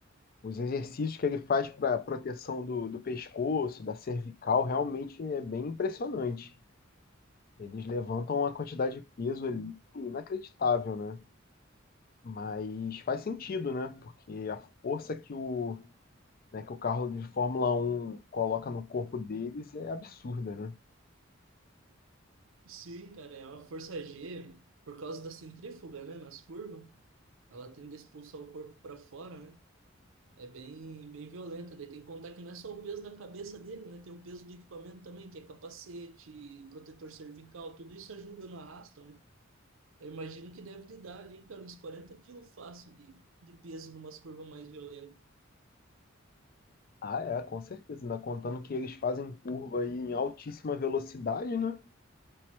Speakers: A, on the left; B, on the right.
A: Os exercícios que ele faz para proteção do, do pescoço, da cervical, realmente é bem impressionante. Eles levantam uma quantidade de peso ali inacreditável, né? Mas faz sentido, né? Porque a força que o, né, que o carro de Fórmula Um coloca no corpo deles é absurda, né?
B: Sim, cara, é uma força G, por causa da centrífuga, né, nas curvas, ela tende a expulsar o corpo para fora, né? É bem, bem violenta. Daí tem que contar que não é só o peso da cabeça dele, né? Tem o peso do equipamento também, que é capacete, protetor cervical, tudo isso ajuda no arrasto, né? Eu imagino que deve lhe dar ali, cara, uns 40 quilos fácil de, de peso numas curvas mais violentas.
A: Ah, é, com certeza. Ainda contando que eles fazem curva aí em altíssima velocidade, né?